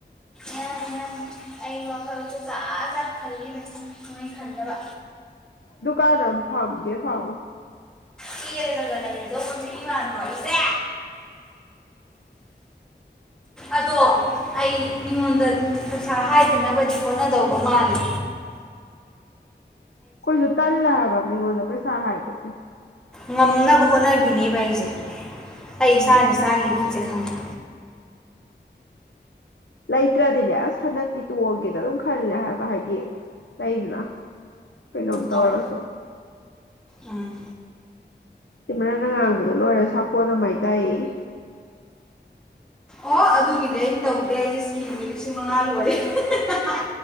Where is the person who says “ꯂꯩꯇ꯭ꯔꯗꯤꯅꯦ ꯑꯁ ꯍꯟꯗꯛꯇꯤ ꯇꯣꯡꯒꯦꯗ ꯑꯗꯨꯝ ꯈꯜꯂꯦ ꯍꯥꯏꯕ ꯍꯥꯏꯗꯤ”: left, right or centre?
Left